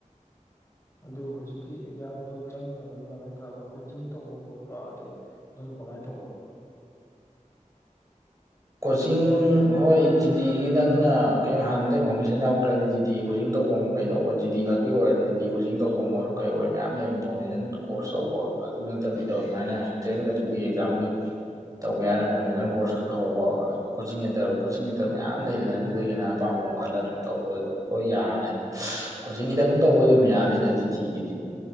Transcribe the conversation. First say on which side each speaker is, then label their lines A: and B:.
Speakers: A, on the left; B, on the right.
A: ꯑꯗꯨꯕꯨ ꯍꯧꯖꯤꯛꯀꯤ ꯒ꯭ꯌꯥꯟꯗꯨ ꯆꯪꯉꯣꯏ <unintelligible> ꯀꯣꯆꯤꯡ ꯇꯧꯕ ꯈꯣꯠꯄ ꯑꯗꯩ ꯑꯗꯨꯅ ꯀꯃꯥꯏ ꯇꯧꯕ
B: ꯀꯣꯆꯤꯡ ꯍꯣꯏ ꯖꯤꯗꯤꯒꯤ ꯅꯪꯅ ꯀ ꯍꯥꯟꯅꯗꯒꯤ ꯐꯥꯎꯟꯗꯦꯁꯟ ꯌꯥꯎꯛꯇ꯭ꯔꯗꯤ ꯖꯤꯗꯤ ꯀꯣꯆꯤꯡ ꯇꯧꯕ ꯀꯩ ꯇꯧꯕ ꯖꯤꯗꯤ ꯈꯛꯀꯤ ꯑꯣꯏꯔꯗꯤ ꯖꯤꯗꯤ ꯀꯣꯆꯤꯡ ꯇꯧꯕ ꯑꯣꯏꯔꯣ ꯀꯩ ꯑꯣꯏꯔꯣ ꯃꯌꯥꯝ ꯂꯩꯕ ꯐꯥꯎꯟꯗꯦꯁꯟ ꯀꯣꯔꯁ ꯇꯧꯕ ꯑꯗꯨ ꯅꯠꯇꯕꯤꯗ ꯑꯗꯨꯃꯥꯏꯅ ꯁꯦꯟꯇ꯭ꯔꯦꯜ ꯑꯗꯨꯒꯤ ꯑꯦꯛꯖꯥꯝꯒꯤ ꯇꯧꯒꯦ ꯍꯥꯏꯅ ꯐꯥꯎꯟꯗꯦꯁꯟ ꯀꯣꯔꯁ ꯍꯧꯕ ꯀꯣꯆꯤꯡ ꯁꯦꯟꯇꯔ ꯀꯣꯆꯤꯡ ꯁꯦꯟꯇꯔ ꯃꯌꯥꯝ ꯂꯩꯗꯅ ꯑꯗꯨꯗꯒꯤꯅ ꯑꯄꯥꯝꯕ ꯈꯜꯂ ꯑꯗꯨꯝ ꯇꯧꯕꯗ ꯑꯗꯨꯝ ꯂꯣꯏ ꯌꯥꯔꯅꯤ ꯀꯣꯆꯤꯡ ꯈꯤꯇꯪ ꯇꯧꯕ ꯑꯗꯨꯝ ꯌꯥꯅꯤꯗ ꯖꯤꯗꯤꯒꯤꯗꯤ